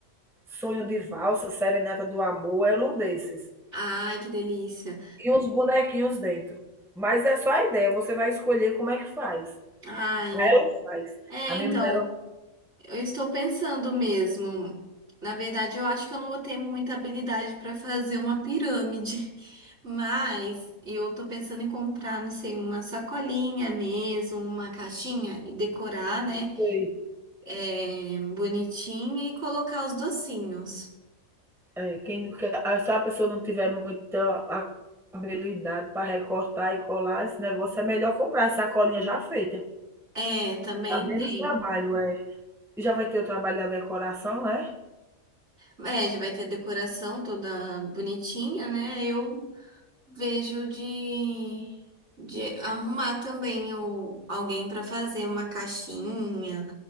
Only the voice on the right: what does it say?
Ai, que delícia.
Ai,
é,
então,
eu estou pensando mesmo. Na verdade, eu acho que eu não vou ter muita habilidade para fazer uma pirâmide, <laughs> mas eu tô pensando em comprar, não sei, uma sacolinha mesmo, uma caixinha e decorar, né?
é, bonitinha e colocar os docinhos.
É, também
tem.
É, já vai ter decoração toda bonitinha, né? Eu vejo de, de arrumar também o, alguém para fazer uma caixinha